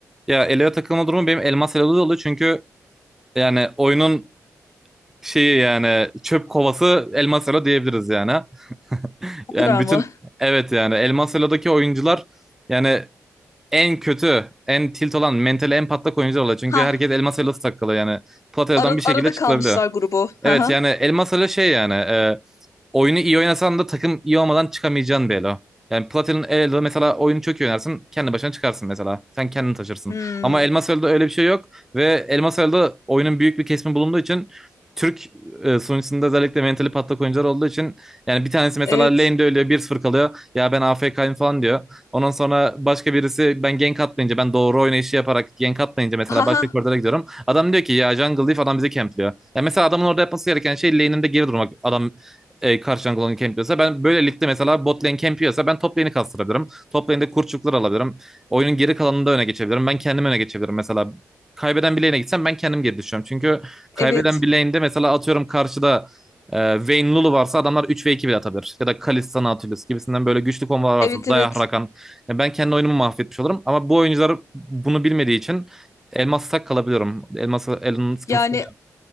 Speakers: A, in the centre; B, on the left (about 50°).
A: Ya Elo'ya takılma durumu benim Elmas Elo'da da oluyor çünkü yani oyunun şeyi yani çöp kovası Elmas Elo diyebiliriz yani. <laughs>
B: O
A: Yani
B: kadar
A: bütün
B: mı?
A: evet yani Elmas Elo'daki oyuncular yani en kötü, en tilt olan, mentali en patlak oyuncular oluyor. Çünkü
B: Ha,
A: herkes elmas elması takılı yani. Platel'dan
B: ara,
A: bir şekilde
B: arada
A: çıkılabiliyor.
B: kalmışlar grubu. Ha
A: Evet
B: ha.
A: yani Elmas Ali şey yani e, oyunu iyi oynasan da takım iyi olmadan çıkamayacağın bir elo. Yani Platin'in Elo'da mesela oyunu çok iyi oynarsın kendi başına çıkarsın mesela. Sen kendini taşırsın.
B: Hmm,
A: Ama Elmas Elo'da öyle bir şey yok ve Elmas Elo'da oyunun büyük bir kesimi bulunduğu için Türk e, sunucusunda özellikle mentali patlak oyuncular olduğu için yani bir tanesi mesela
B: evet.
A: lane'de ölüyor 1-0 kalıyor. Ya ben AFK'yim falan diyor. Ondan sonra başka birisi ben gank atmayınca ben doğru oynayışı yaparak gank atmayınca mesela
B: Ha
A: başka
B: ha.
A: koridora gidiyorum. Adam diyor ki ya jungle diff adam bizi campliyor. Yani mesela adamın orada yapması gereken şey lane'inde geri durmak. Adam e, karşı jungle onu campliyorsa ben böyle ligde mesela bot lane campliyorsa ben top lane'i kastırabilirim. Top lane'de kurçuklar alabilirim. Oyunun geri kalanında öne geçebilirim. Ben kendim öne geçebilirim mesela. Kaybeden bir lane'e gitsem ben kendim geri düşüyorum. Çünkü kaybeden
B: Evet.
A: bir lane'de mesela atıyorum karşıda e, Vayne Lulu varsa adamlar 3 ve 2 bile atabilir. Ya da Kalista Nautilus gibisinden böyle güçlü kombolar varsa
B: Evet
A: Dayah
B: evet.
A: Rakan. Yani ben kendi oyunumu mahvetmiş olurum. Ama bu oyuncular bunu bilmediği için Elmas tak kalabiliyorum. Elmas'a Elon'un sıkıntısı.
B: Yani